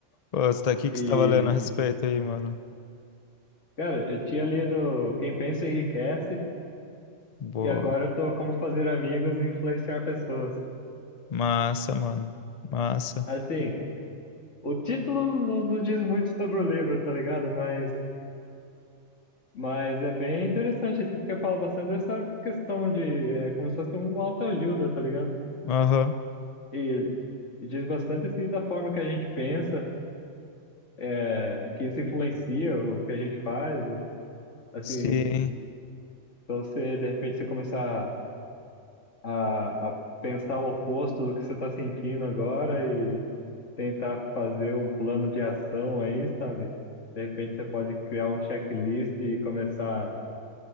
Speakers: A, on the left; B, on the left.
A: Pô, você tá aqui que
B: E,
A: você tava lendo a respeito aí, mano.
B: cara, eu tinha lido Quem Pensa Enriquece,
A: Boa.
B: e agora eu tô como fazer amigos e influenciar pessoas.
A: Massa, mano. Massa.
B: Assim, o título não, não diz muito sobre o livro, tá ligado? Mas, mas é bem interessante, assim, porque fala bastante dessa questão de, é como se fosse um autoajuda, tá ligado?
A: Aham.
B: E, e diz bastante, assim, da forma que a gente pensa, é, que isso influencia o que a gente faz, assim,
A: Sim.
B: então você, de repente, você começar a, a pensar o oposto do que você está sentindo agora e tentar fazer um plano de ação aí, sabe? De repente você pode criar um checklist e começar